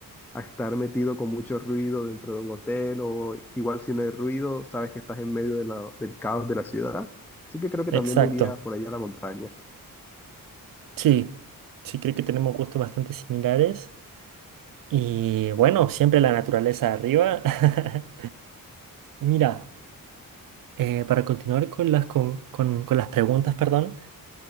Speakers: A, in the centre; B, on the right.
A: a estar metido con mucho ruido dentro de un hotel o igual si no hay ruido, sabes que estás en medio de la- del caos de la ciudad. Así que creo que
B: Exacto.
A: también me iría por ahí a la montaña.
B: Sí, sí, creo que tenemos gustos bastante similares. Y bueno, siempre la naturaleza arriba. <laughs> Mira, eh, para continuar con las, co- con, con las preguntas, perdón,